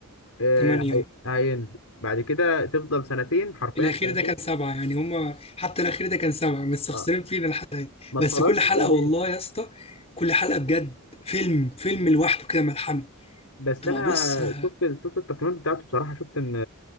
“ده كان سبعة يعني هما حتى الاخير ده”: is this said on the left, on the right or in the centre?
Left